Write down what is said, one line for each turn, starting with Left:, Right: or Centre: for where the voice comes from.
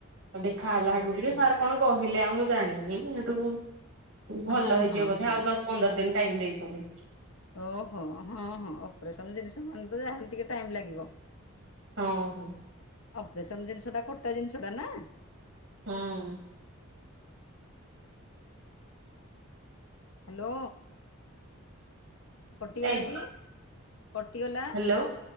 Right: ଦେଖାହଲା
Left: ଓହୋ।
Right: ହେଠୁ ଟିକେ ସାର୍ କଣ କହିଲେ ଆଉ ମୁଁ ଜାଣିନି ସେଠୁ। ଭଲ
Left: ହଁ
Right: ହେଇଯିବ
Left: ହଁ
Right: ବୋଧେ
Left: ହଁ
Right: ଆଉ ଦଶ୍ ପନ୍ଦର ଦିନ୍ ଟାଇମ୍ ଦେଇଛନ୍ତି।
Left: ଓହୋ ହଁ ହଁ ଅପ୍ରେସନ୍ ଜିନିଷ ମାନେ ତ ଯାହେଲେ ଟିକେ ଟାଇମ୍ ଲାଗିବ।
Right: ହଁ ହୋ।
Left: ଅପ୍ରେସନ୍ ଜିନ୍ଷଟା କଟା ଜିନ୍ସ ଟା ନା।
Right: ହୁଁ।
Left: ହ୍ୟାଲୋ। କଟିଗଲା
Right: ଏଇ
Left: କି କଟିଗଲା
Right: ହ୍ୟାଲୋ